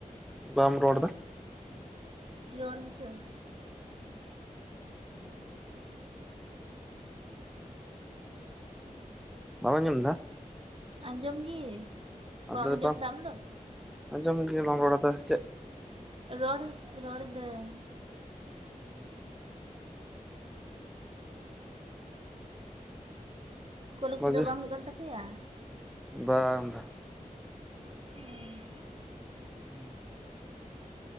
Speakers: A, in the centre; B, on the right.
A: ᱵᱟᱢ ᱨᱚᱲ ᱮᱫᱟ
B: ᱨᱚᱲ ᱜᱮᱪᱚ
A: ᱵᱟᱢ ᱟᱡᱚᱢ ᱫᱟ
B: ᱟᱸᱡᱚᱢ ᱜᱮ
A: ᱟᱫᱚ
B: ᱵᱟᱢ
A: ᱱᱤᱛᱚᱝ
B: ᱟᱸᱡᱚᱢ ᱫᱟ ᱟᱢ ᱫᱚ?
A: ᱟᱸᱡᱚᱢ ᱜᱤ ᱵᱟᱢ ᱨᱚᱲ ᱮᱫᱟ ᱥᱮ ᱪᱮᱫ
B: ᱨᱚᱲ ᱨᱚᱲ ᱫᱟᱹᱧ
A: <inaudible>
B: ᱠᱚᱞᱮᱡᱽ
A: ᱢᱚᱡᱽ
B: ᱠᱤ ᱫᱚ ᱵᱟᱝ ᱦᱩᱭᱩᱜ ᱠᱟᱱ ᱛᱟᱯᱮᱭᱟ?
A: ᱵᱟᱝ ᱵᱟᱝ
B: <inaudible>
A: <inaudible>